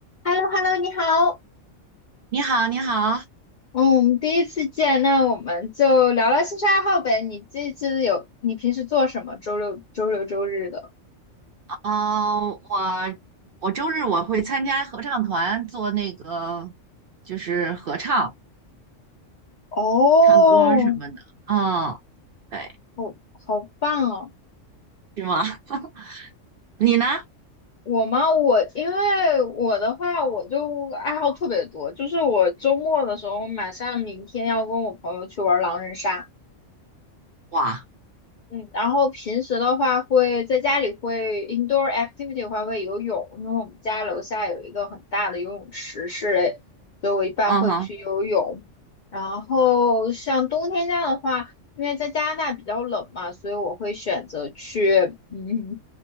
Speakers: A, on the left; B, on the right.
A: h e l l o h e l l o 你好。
B: 你好，你好，
A: 嗯，我们第一次见，那我们就聊聊兴趣爱好呗。你这次有，你平时做什么？周六、周六、周日的？
B: 呃，我我周日我会参加合唱团做那个，就是合唱、
A: 哦，
B: 唱歌儿什么的。嗯，对，
A: 好，好棒哦。
B: 是吗？<laughs> 你呢？
A: 我吗？我因为我的话，我就爱好特别多，就是我周末的时候，马上明天要跟我朋友去玩狼人杀。
B: 哇，
A: 嗯，然后平时的话会在家里会 indoor activity 的话会游泳，因为我们家楼下有一个很大的游泳池室内，所以我一般会去游泳。
B: 嗯哼，
A: 然后像冬天家的话，因为在加拿大比较冷嘛，所以我会选择去嗯